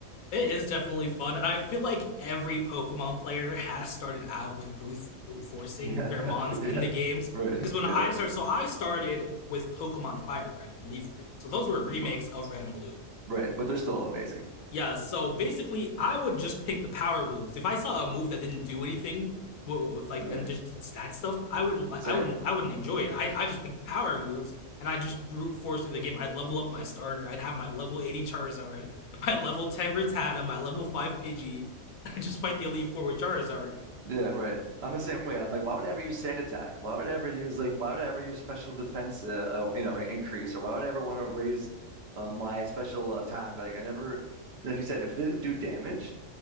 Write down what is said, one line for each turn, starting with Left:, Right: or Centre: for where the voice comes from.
Left: It is definitely fun, and I feel like every Pokemon player has started out with brute, brute forcing
Right: Yeah,
Left: their
Right: <laughs>
Left: mons
Right: yeah,
Left: in the games.
Right: right,
Left: Because when
Right: yeah,
Left: I started, so I started with Pokemon Fire Red and Leaf Green. So those were remakes
Right: but,
Left: of Red and Blue.
Right: right. But they're still amazing.
Left: Yeah, so basically, I would just pick the power moves. If I saw a move that didn't do anything, with like
Right: Right,
Left: and just did stat stuff, I wouldn't.
Right: same.
Left: I wouldn't. I wouldn't enjoy it. I I just pick power moves and I just brute force through the game. I'd level up my starter. I'd have my level eighty Charizard, <laughs> my level ten Rattata, my level five Pidgey. <laughs> I just fight the elite four with Charizard.
Right: Yeah, right. I'm the same way. I'm like, why would I ever use sand attack? Why would I ever use like, why would I ever use special defense, uh, uh, you know, increase, or why would I ever want to raise uh, my special attack? Like, I never, like you said, if it didn't do damage,